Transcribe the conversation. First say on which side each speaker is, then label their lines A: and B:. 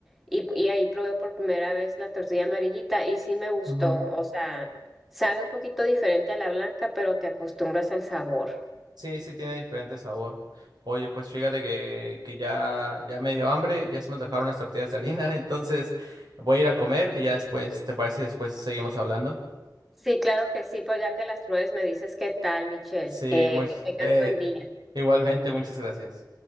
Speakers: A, in the centre; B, on the right (about 75°).
A: y, y ahí probé por primera vez la tortilla amarillita y sí me gustó,
B: ujú.
A: o sea, sabe un poquito diferente a la blanca, pero te acostumbras al sabor.
B: Sí, sí, tiene diferente sabor. Oye, pues fíjate que, que ya, ya me dio hambre, ya se me antojaron unas tortillas de harina, <laughs> entonces voy a ir a comer y ya después, ¿te parece? Y después seguimos hablando.
A: Sí, claro que sí, pues ya que las pruebes me dices qué tal, Michelle,
B: Sí,
A: eh,
B: muy,
A: que tengas
B: eh,
A: buen día.
B: igualmente, muchas gracias.